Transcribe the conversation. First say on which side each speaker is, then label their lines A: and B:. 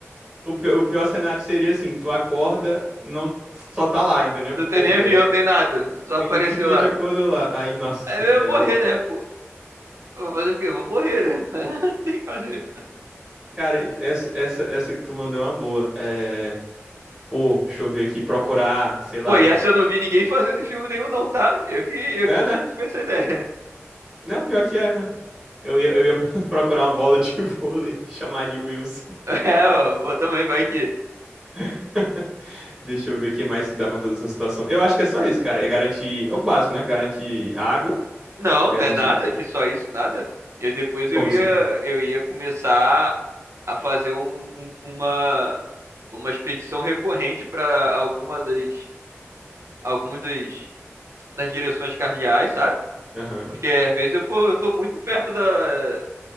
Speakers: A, on the right; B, on the right.
A: o pi- o pior cenário seria assim, tu acorda, não só tá lá, entendeu?
B: não tem
A: Porra,
B: nem avião,
A: aí é,
B: tem nada. Só
A: tem-
B: apareceu
A: simplesmente
B: lá.
A: acorda lá. Aí, nossa
B: Aí
A: senhora,
B: eu ia morrer,
A: é lo...
B: né, pô? Eu Vou fazer o quê? Eu Vou morrer, né? <laughs> Não Tem que fazer.
A: Cara, essa, essa, essa que tu mandou é uma boa. É, pô, deixa eu ver aqui, procurar, sei lá.
B: Pô, e essa eu não vi ninguém fazendo em filme nenhum, não, tá? Eu que, eu
A: É,
B: que tive
A: né?
B: essa ideia.
A: Não, pior que é, né? Eu ia, eu ia <laughs> procurar uma bola de <laughs> vôlei, chamar de Wilson.
B: <laughs> É, eu também vai que.
A: <laughs> Deixa eu ver o que mais que dá pra fazer nessa situação. Eu acho que é só isso, cara. É garantir. É o básico, né? Garantir água.
B: Não,
A: Garantir.
B: não é nada, que só isso, nada. E depois eu
A: Como
B: ia,
A: assim?
B: eu ia começar a fazer um- um- uma, uma expedição recorrente para alguma das, algumas das, das direções cardeais, sabe?
A: Aham.
B: Porque às vezes eu, pô, eu tô muito perto da,